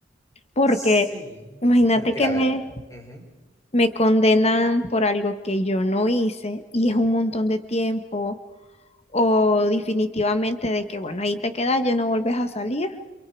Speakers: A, on the left; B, on the left.
A: porque
B: Sí,
A: imagínate
B: Porque,
A: que
B: a
A: me,
B: ver, ujú,
A: me condenan por algo que yo no hice y es un montón de tiempo o definitivamente de que, bueno, ahí te quedas, ya no vuelves a salir